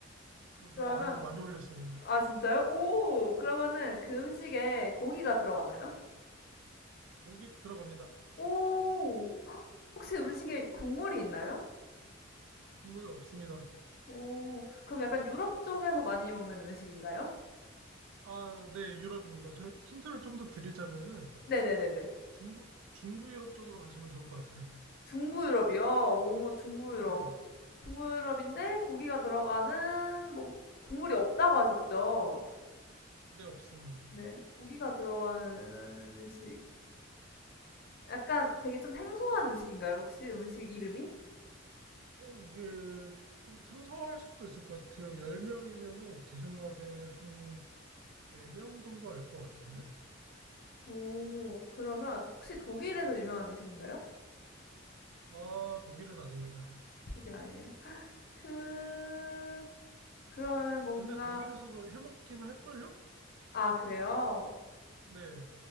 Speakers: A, on the right; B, on the left.
A: 어, 좀
B: 그러면
A: 난이도 많이 올렸습니다.
B: 아 진짜요? 오 그러면은 그 음식에 고기가 들어가나요?
A: 고기 들어갑니다.
B: 오 <gasps> 혹시 음식에 국물이 있나요?
A: 국물 없습니다.
B: 오. 그럼 약간 유럽 쪽에서 많이 먹는 음식인가요?
A: 아, 네, 유럽입니다. 저 힌트를 좀 더 드리자면은
B: 네네네네.
A: 중부 중부 유럽 쪽으로 가시면 좋을 것 같아요.
B: 중부 유럽이요? 오 중부 유럽.
A: 네,
B: 중부 유럽인데 고기가 들어가는 뭔 국물이 없다고 하셨죠?
A: 네, 없습니다.
B: 네. 고기가 들어가는 음식. 약간 되게 좀 생소한 음식인가요, 혹시 음식 이름이?
A: 어, 이게 좀 생소할 수도 있을 것 같아요. 10명이면은 제 생각에 한 4명 정도 알 것 같은데?
B: 오. 그러면 혹시 독일에서 유명한 음식인가요?
A: 아, 독일은 아닙니다.
B: 독일 아니에요? 그 그러면 뭔가
A: 근데 독일에서도 해먹긴 할걸요?
B: 아 그래요?
A: 네,